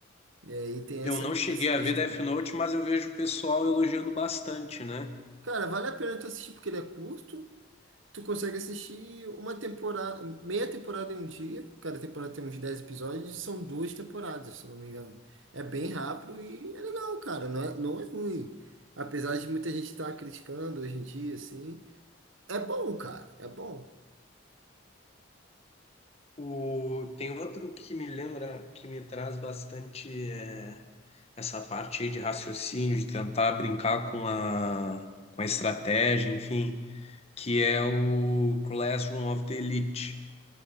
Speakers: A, on the right; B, on the left.
A: E aí tem essa,
B: Eu não
A: essa
B: cheguei
A: questão.
B: a ver Death Note, mas eu vejo o pessoal elogiando bastante, né?
A: Cara, vale a pena tu assistir porque ele é curto. Tu consegue assistir uma temporada, meia temporada em um dia. Cada temporada tem uns 10 episódios, são duas temporadas, se eu não me engano. É bem rápido e é legal, cara. Não é, não é ruim. Apesar de muita gente estar criticando hoje em dia, assim. É bom, cara. É bom.
B: O... Tem outro que me lembra, que me traz bastante é, essa parte aí de raciocínio, de tentar brincar com a, com a estratégia, enfim, que é o Classroom of the Elite.